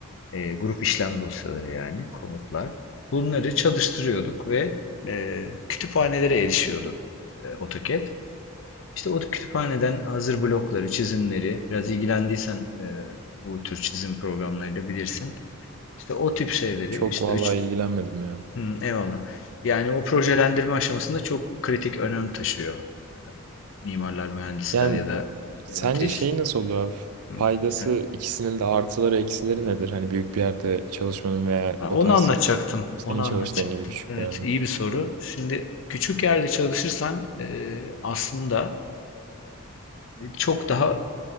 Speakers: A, on the left (about 60°); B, on the right (about 85°).
A: E, grup işlem dosyaları yani komutlar. Bunları çalıştırıyorduk ve e, kütüphanelere erişiyordu e, AutoCAD. İşte o kütüphaneden hazır blokları, çizimleri, biraz ilgilendiysen e, bu tür çizim programlarıyla bilirsin. İşte o tip şeyleri,
B: Çok
A: işte
B: vallahi
A: üç,
B: ilgilenmedim ya.
A: Hı, eyvallah. Yani o projelendirme aşamasında çok kritik önem taşıyor. E, mimarlar, mühendisler
B: Yani
A: ya da
B: sence
A: e, tesis.
B: şey nasıl olur abi?
A: Hı,
B: Faydası
A: evet.
B: ikisinin de artıları eksileri nedir? Hani büyük bir yerde çalışmanın veya
A: Ha, onu
B: o tarz
A: anlatacaktım,
B: senin
A: onu anlatacaktım.
B: çalıştığın gibi küçük
A: Evet,
B: bir yerde.
A: iyi bir soru. Şimdi küçük yerde çalışırsan e, aslında Çok daha